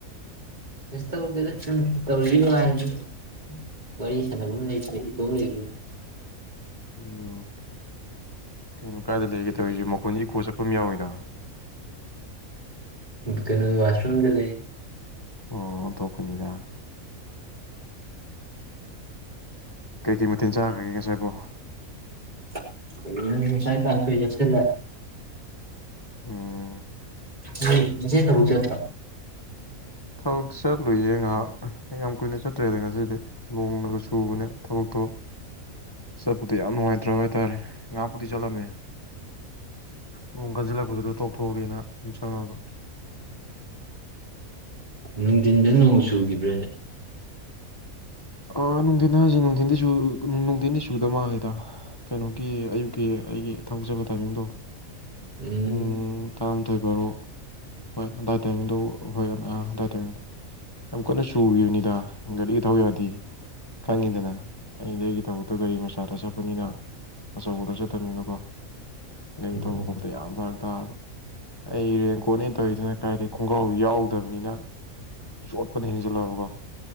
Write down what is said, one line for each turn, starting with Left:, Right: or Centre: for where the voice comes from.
Right: ꯀꯩꯁꯨ ꯇꯧꯗꯦꯗ ꯁꯨꯝ ꯇꯧꯔꯛꯏꯕ ꯍꯥꯏꯗꯨꯅ‌ꯦ ꯋꯥꯔꯤ ꯁꯥꯟꯐꯝ ꯂꯩꯇ꯭ꯔꯦ ꯏꯇꯣꯝ ꯂꯩꯕꯅꯤꯅ
Left: ꯎꯝ ꯀꯩꯅꯣ ꯀꯥꯏꯗ ꯂꯩꯒꯦꯗꯧꯔꯤꯁꯨ ꯃꯈꯣꯟꯁ ꯏꯀꯣ ꯆꯠꯄ ꯑꯃ ꯌꯥꯎꯋꯤꯗ
Right: ꯀꯩꯅꯣ ꯋꯥꯁ꯭ꯔꯝꯗ ꯂꯩ
Left: ꯑꯣ ꯇꯣꯛꯀꯅꯤꯗ ꯀꯩ ꯀꯩ ꯃꯠꯊꯦꯜ ꯆꯥꯈ꯭ꯔꯒꯦ ꯉꯁꯥꯏꯕꯣ
Right: <unintelligible>
Left: ꯎꯝ
Right: ꯅꫭꯏ ꯉꯁꯤ ꯊꯥꯕꯛ ꯆꯦꯠꯇ꯭ꯔ
Left: ꯊꯕꯛ ꯆꯠꯂꯨꯏꯌꯦ ꯉꯥꯏꯍꯥꯛ ꯌꯥꯝ ꯀꯨꯏꯅ ꯆꯠꯇ꯭ꯔꯦꯗ ꯉꯁꯤꯗꯤ ꯅꯣꯡꯅꯒ ꯆꯨꯕꯅꯦ ꯊꯕꯛꯇꯣ ꯆꯠꯄꯗ ꯌꯥꯝ ꯅꯨꯡꯉꯥꯏꯇ꯭ꯔꯕ ꯍꯥꯏꯇꯥꯥꯔꯦ ꯉꯥꯏꯍꯥꯛꯄꯨꯗꯤ ꯆꯠꯂꯝꯃꯦ ꯅꯣꯡ ꯀꯟꯁꯤꯜꯂꯛꯄꯗꯨꯗ ꯇꯣꯛꯊꯣꯛꯑꯒꯦꯅ ꯑꯗꯨꯝ ꯆꯪꯉꯒ
Right: ꯅꯨꯡꯊꯤꯟꯗ ꯅꯣꯡ ꯆꯨꯒꯥꯕ꯭ꯔꯥꯅꯦ
Left: ꯑ ꯅꯨꯡꯊꯤꯟ ꯍꯥꯏꯁꯦ ꯅꯨꯡꯊꯤꯟꯗꯤ ꯅꯨꯡꯊꯤꯟꯗꯤ ꯆꯨꯗ ꯃꯥꯜꯂꯦꯗ ꯀꯩꯅꯣꯒꯤ ꯑꯌꯨꯛꯀꯤ ꯑꯩꯒꯤ ꯊꯥꯕꯛ ꯆꯠꯄꯥ ꯇꯥꯏꯃꯤꯡꯗꯣ
Right: ꯎꯝ
Left: ꯄꯨꯡ ꯇꯔꯥꯃꯥꯊꯣꯏ ꯕꯥꯔꯣ ꯍꯣꯏ ꯑꯟꯗꯥꯏ ꯇꯥꯏꯃꯤꯡꯗꯨꯣ ꯍꯣꯏ ꯑꯟꯗꯥꯏ ꯇꯥꯏꯃꯤꯡꯗꯣ ꯌꯥꯝ ꯀꯟꯅ ꯆꯨꯒꯤꯕꯅꯤꯗ ꯒꯥꯔꯤꯒ ꯊꯧ ꯌꯥꯗꯦ ꯈꯪꯉꯤꯗꯅ ꯑꯩꯗꯤ ꯑꯩꯒꯤ ꯊꯕꯛꯇꯣ ꯒꯥꯔꯤ ꯃꯆꯥꯗ ꯆꯠꯄꯅꯤꯅ ꯑꯆꯧꯕꯗ ꯆꯠꯇꯕꯅꯤꯅꯀꯣ ꯒꯥꯔꯤ
Right: ꯎꯝ
Left: ꯊꯧꯕ ꯈꯣꯠꯄꯗ ꯌꯥꯝ ꯐꯔꯛ ꯇꯥꯔꯕ ꯑꯩ ꯔꯦꯟ ꯀꯣꯠꯅꯦ ꯇꯧꯔꯤꯁꯤꯅ ꯀꯥꯏꯗꯩ ꯈꯣꯡꯒ꯭ꯔꯥꯎ ꯌꯥꯎꯗꯕꯅꯤꯅ ꯆꯣꯠꯄꯅ ꯍꯦꯟꯖꯜꯂꯛꯑꯕꯀꯣ